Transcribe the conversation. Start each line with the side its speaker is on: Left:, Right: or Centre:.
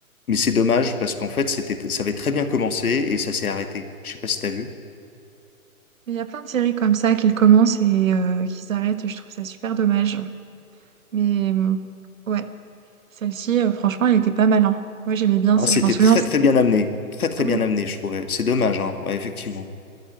Left: Mais c'est dommage parce qu'en fait, c'était. Ça avait très bien commencé et ça s'est arrêté. Je sais pas si t'as vu.
Right: Mais il y a plein de séries comme ça qu'ils commencent et euh, qu'ils arrêtent, je trouve ça super dommage. Mais euh, ouais, celle-ci, euh, franchement, elle était pas mal. hein. Moi j'aimais bien,
Left: Ah,
Right: ça,
Left: c'était
Right: je m'en souviens.
Left: très très bien amené. Très très
Right: Oui,
Left: bien amené, je trouvais. C'est dommage, hein. Ouais, effectivement.